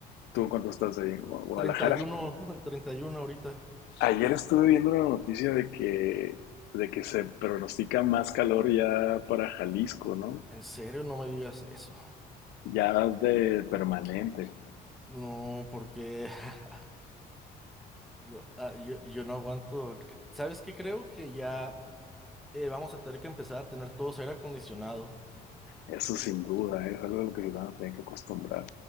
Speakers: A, on the left (about 75°); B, in the centre.
A: ¿tú en cuánto estás ahí en Gua- Guadalajara?
B: treinta y uno, <laughs> 31 ahorita.
A: Ayer estuve viendo una noticia de que, de que se pronostica más calor ya para Jalisco, ¿no?
B: En serio, no me digas eso.
A: Ya de permanente.
B: No, porque <laughs> yo, ah, yo- yo no aguanto. el c- ¿Sabes qué? Creo que ya eh, vamos a tener que empezar a tener todos aire acondicionado.
A: Eso sin duda, ¿eh? es algo a lo que se van a tener que acostumbrar.